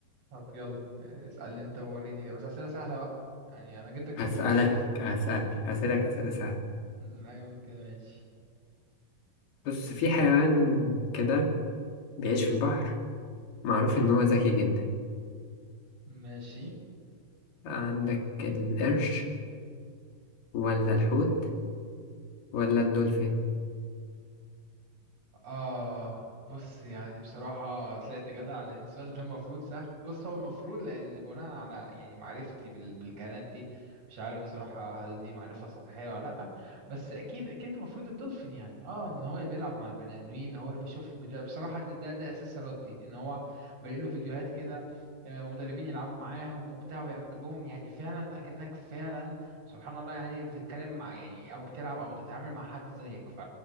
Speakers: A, on the right; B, on the left.
A: طب يلا اسالني انت وريني بس اسئله سهله بقى يعني انا جبتك
B: هسألك
A: جبت لك سؤال سهل
B: هسألك هسألك أسئلة سهلة
A: مم، ايوه كده ماشي
B: بص في حيوان كده بيعيش في البحر معروف إن هو ذكي جدا
A: ماشي
B: عندك القرش ولا الحوت ولا الدولفين
A: آه بص يعني بصراحة طلعت جدع لأن السؤال ده المفروض سهل بص هو المفروض لأن بناء على يعني معرفتي بال... بالكائنات دي مش عارف بصراحة هل دي معرفة سطحية ولا لأ بس أكيد أكيد المفروض الدولفين يعني اه إن هو اللي بيلعب مع البني آدمين هو اللي بيشوف له فيديوهات بصراحة ده ده, ده أساس ردي إن هو بلاقي له فيديوهات كده آه، مدربين يلعبوا معاهم وبتاع ويأكلوهم يعني فعلا أكنك فعلا سبحان الله يعني بتتكلم مع يعني أو بتلعب أو بتتعامل مع حد زيك ف